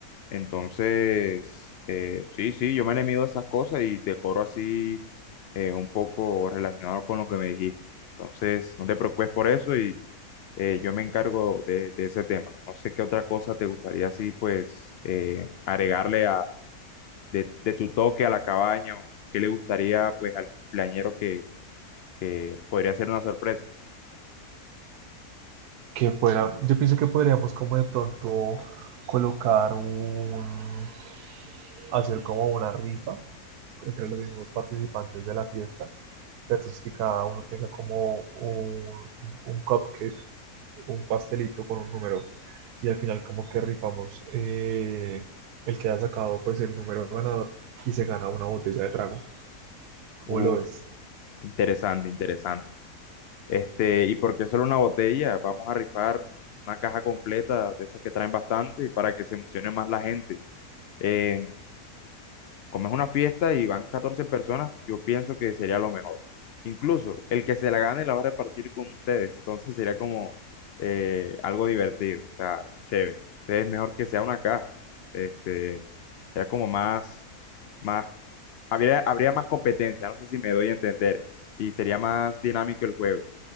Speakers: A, on the left; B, on the right.
A: entonces, eh, sí, sí, yo me le mido a esas cosas y decoro así eh, un poco relacionado con lo que me dijiste. Entonces, no te preocupes por eso eh, yo me encargo de, de ese tema. No sé qué otra cosa te gustaría así, pues, eh, agregarle a, de, de tu toque a la cabaña o qué le gustaría, pues, al cumpleañero que, que podría ser una sorpresa.
B: que fuera, yo pienso que podríamos como de pronto colocar un, hacer como una rifa entre los mismos participantes de la fiesta, pero entonces que cada uno tenga como un, un cupcake, un pastelito con un número, y al final como que rifamos eh, el que haya sacado pues el número ganador y se gana una botella de trago. ¿Cómo
A: Uf,
B: lo ves?
A: interesante, interesante. Este, ¿y por qué solo una botella? Vamos a rifar una caja completa de esas que traen bastante para que se emocione más la gente. Eh, Como es una fiesta y van 14 personas, yo pienso que sería lo mejor. Incluso el que se la gane la va a repartir con ustedes, entonces sería como eh, algo divertido, o sea, chévere. Entonces es mejor que sea una caja, este, sería como más, más, habría, habría más competencia, no sé si me doy a entender, y sería más dinámico el juego.